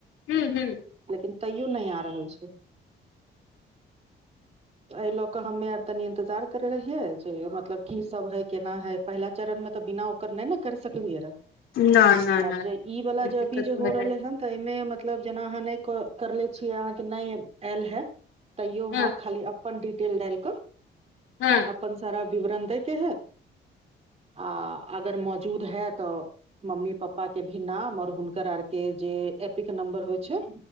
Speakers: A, on the left (about 80°); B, on the right (about 30°).
A: हु हु
B: लेकिन तैयो नै आ रहल छै।
A: <inaudible>
B: अहि लऽ कऽ हमे आर तनी इन्तजार करै रहियै जे मतलब किसभ हइ केना हइ। पहिला चरण मे तऽ बिना ओकर नय ने कर सकलिय हियरऽ।
A: न न
B: आब
A: न
B: जे ई वला
A: दिक्कत
B: जे अभी जे
A: भऽ
B: हो
A: जाइ
B: रहलै हन् तऽ एहिमे मतलब जेना अहाँ नय करले छियै अहाँके नय आयल हऽ तैयो अहाँ
A: हँ
B: खाली अपन डिटेल डाल कऽ
A: हँ
B: अपन सारा विवरण दैके है। आ अगर मौजूद है त मम्मी पपा के भी नाम आऔर हुनकर आरके जे एपिक नम्बर होइ छै